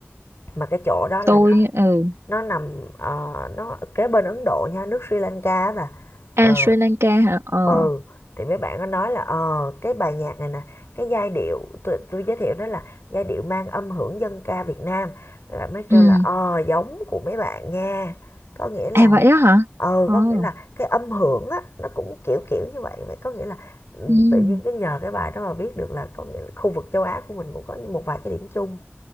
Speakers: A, on the left; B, on the right.
A: mà cái chỗ đó là
B: tôi
A: nó,
B: ừ
A: nó nằm ờ, nó kế bên Ấn Độ nha nước Sri Lanka á bà Ờ,
B: à Sri Lanka hả ờ
A: Ừ, thì mấy bạn nó nói là, ờ, cái bài nhạc này nè, cái giai điệu tôi tôi giới thiệu đó là giai điệu mang âm hưởng dân ca Việt Nam. Mấy bạn mới kêu
B: ừ
A: là, ờ, giống của mấy bạn nha. Có nghĩa là
B: À vậy á hả?
A: ờ
B: Ồ.
A: có nghĩa là cái âm hưởng á, nó cũng kiểu kiểu như vậy. Vậy có nghĩa là, ừm,
B: Ừ.
A: tự nhiên cái nhờ cái bài đó mà biết được là có nghĩa là khu vực châu Á của mình cũng có một vài cái điểm chung.